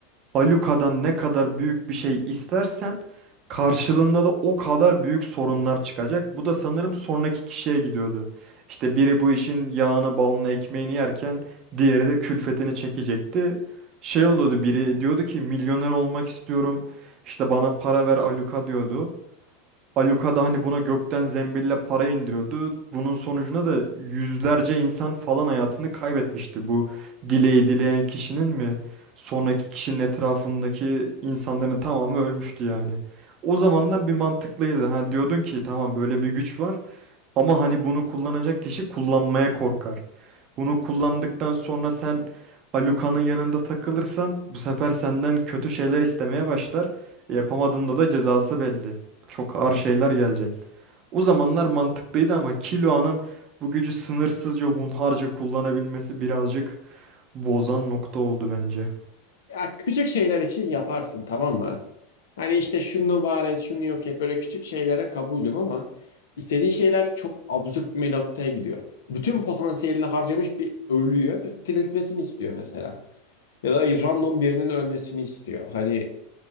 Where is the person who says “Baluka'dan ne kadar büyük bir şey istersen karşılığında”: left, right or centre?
Right